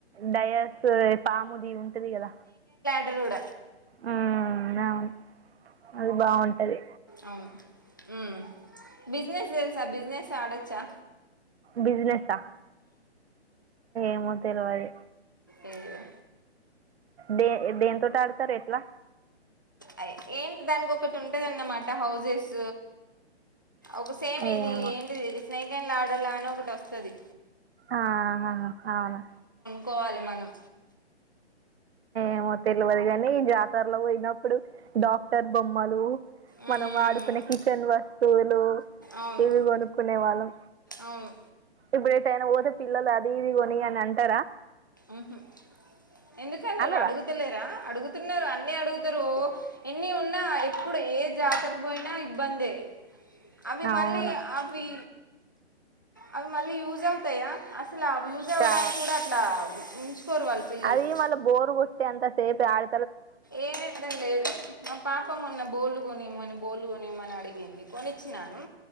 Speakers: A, on the right; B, on the left.
A: డయాస్ పాముది ఉంటది కదా
B: రకుడ
A: ఉ అవును అది బాగుంటది
B: అవును ఉ బిజినెస్ తెల్సా బిజినెస్ అడచ్చా
A: బిజినెసా ఏమో తెలువదు
B: అయ్యయో
A: దే దెంతోటి ఆడతారు ఎట్లా
B: అ ఏంటి దానికి ఒకటి ఉంటందన్నమాట హౌజెస్ ఒక సేమ్ ఇది
A: ఏమో
B: ఏంటిది ఇది స్నేక్ అన్డ్ లాడలా అని ఒకటి వస్తది
A: ఆహహ అవును
B: కోవాలి మనం
A: ఏమో తెలివది గాని జాతరలో పోయినప్పుడు డాక్టర్ బొమ్మలు
B: మ్మ్
A: మనం ఆడుకునే కిచెన్ వస్తువులు
B: అవును
A: ఇవి కొనుక్కునే వాళ్ళం
B: అవును
A: ఇప్పుడైతే అయినా పోతే పిల్లలు అది ఇది కొని అని అంటారా
B: ఉహు ఎందుకన్నారు
A: అనరా
B: అడుగుతలేరా అడుగుతున్నారు అన్నీ అడుగుతరు ఎన్ని ఉన్ ఎప్పుడు ఏ జాతరకు పోయినా ఇబ్బందే అవి
A: అవును
B: మళ్ళీ అవి అవి మళ్ళీ యూజ్ అవుతాయా అసలు యూజ్ అవ్వడానికి
A: చా
B: కూడా అట్లా ఉంచుకోరు వాళ్ళు పిల్లలు
A: అది వల్ బోరు కొట్టే అంత సేపు యడ
B: ఏమి ద్ధం లేదు మా పాప మొన్న బోలుకొనిమని బోల్లుగొనిమని అడిగింది కొనిచ్చినాను